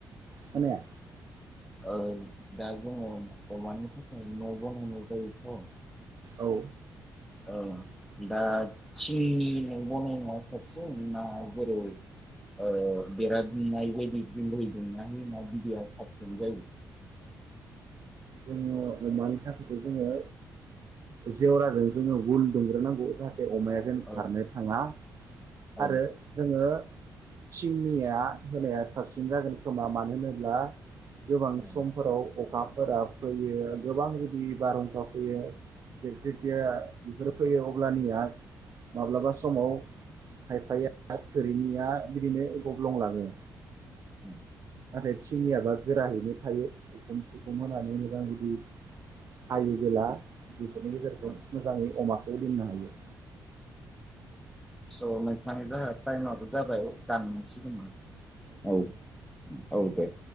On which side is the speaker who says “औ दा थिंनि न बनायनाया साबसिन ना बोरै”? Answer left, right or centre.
Centre